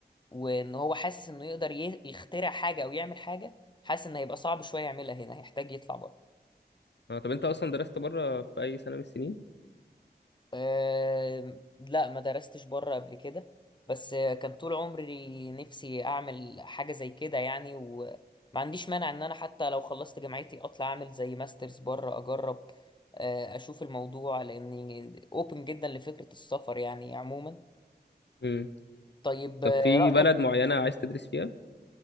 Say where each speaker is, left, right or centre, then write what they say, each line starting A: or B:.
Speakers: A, on the left; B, on the left.
A: وإن هو حاسس إنه يقدر ي- يخترع حاجة أو يعمل حاجة حاسس إن هيبقى صعب شوية يعملها هنا هيحتاج يطلع بره
B: اه طب انت اصلا درست بره في اي سنة من السنين
A: أه لا ما درستش بره قبل كده بس آه، كان طول عمري نفسي اعمل حاجه زي كده يعني وما عنديش مانع ان انا حتى لو خلصت جامعتي اطلع اعمل زي ماسترز بره اجرب آه، اشوف الموضوع لاني اوبن جدا لفكره السفر يعني عموما
B: امم
A: طيب
B: طب
A: آه،
B: في
A: رايك
B: بلد معينة عايز تدرس فيها